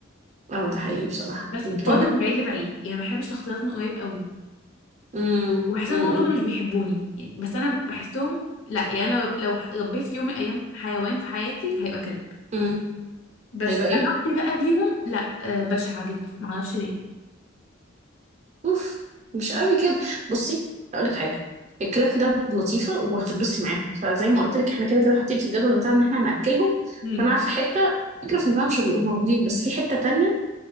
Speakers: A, on the right; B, on the left.
A: اه ده حقيقي بصراحه
B: بس
A: وبتوع
B: برضه
A: ده
B: من بعيد لبعيد يعني ما بحبش الاختلاط من قريب قوي
A: امم
B: وبحسهم
A: امم
B: هما برضه مش بيحبوني يعني بس انا بحسهم لا يعني لو لو ربيت في يوم من الايام حيوان في حياتي هيبقى كلب
A: أمم.
B: بس
A: هيبقى ايه
B: علاقتي بقى بيهم لا آه بشعه جدا ما اعرفش ليه
A: اوف مش قوي كده بصي اقول لك حاجه الكلاب ده لطيفه وهتتبسطي معاهم فزي ما قلت لك احنا كده كده حاطين في الجدول بتاعنا ان احنا هناكلهم
B: امم
A: فانا عارفه حته فكره في الممشى بيبقوا موجودين بس في حته تانية